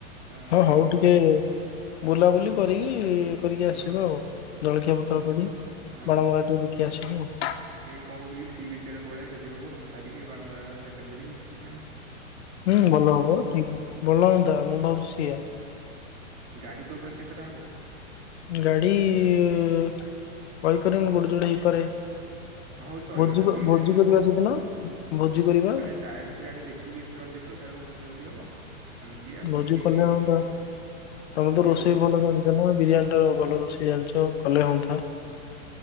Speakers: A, on the right; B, on the left.
A: ହଁ
B: ହଉ
A: ତ
B: ଟିକେ ବୁଲାବୁଲି କରିକି କରିକି ଆସିବ
A: ହଁ
B: ଆଉ ଜଳଖିଆ ପତ୍ର
A: କଉ
B: କରି
A: ହଁ
B: ବାଣମରା ଟିକେ ଦେଖି ଆସିବ ଆଉ।
A: ଟିକେ କଣ କହୁଥିଲି ସି ବିଚ ଆଡେ ପଳେଇଆ ଯଦି ହବ ସାରିକି ବାଣମରା ଦେଖା ସାରିକି ନାଁ
B: ହୁଁ ଭଲ ହବ ଠିକ ଭଲ ହୁଅନ୍ତା ମୁଁ ଭାବୁଛି ସେଇଆ।
A: ଗାଡ଼ି ତୋ ପାଖରେ କେତେଟା ହବ।
B: ଗାଡି କହିପାରିବିନି ଗୋଟେ ଜୋଡେ ହେଇପାରେ।
A: ହଉ ଚଳିବ
B: ଭୋଜି
A: ତାହେଲେ
B: କ
A: ଦିଟା
B: ଭୋଜି କରିବା ସେଦିନ ଭୋଜି କରିବା
A: ଟାୟାର୍ଡ଼ଥିବା ଆଡ଼େ ଦେଖିକି ଏତେବାଟ ଦେଖିବା ସାଡେ କଣ ଭୋଜିି କରିହବ। ଆମେ ଯିବା
B: ଭୋଜି
A: ବୁଲିକି
B: କଲେ ହଅନ୍ତା। ତମେ
A: କରିବା
B: ତ ରୋଷେଇ
A: କହୁଛୁ
B: ଭଲ
A: ହଁ
B: ଜାଣିଚ। ମୋ ବିରିୟାନୀ ଠାରୁ ଭଲ ରୋଷେଇ ଜାଣିଛ କଲେ ହୁଅନ୍ତା।